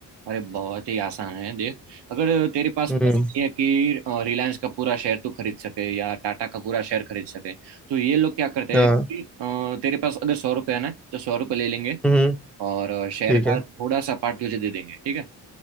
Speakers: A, on the right; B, in the centre.
A: अरे बहुत ही आसान है देख अगर तेरे पास
B: हम्म
A: पैसा नहीं है कि रिलायंस का पूरा शेयर तू खरीद सके या टाटा का पूरा शेयर खरीद सके तो ये लोग क्या करते
B: हाँ
A: हैं कि अ, तेरे पास अगर सौ रुपये है ना तो सौ रुपये ले लेंगे
B: हम्म
A: और शेयर
B: ठीक
A: का
B: है
A: थोड़ा सा पार्ट तुझे दे देंगे ठीक है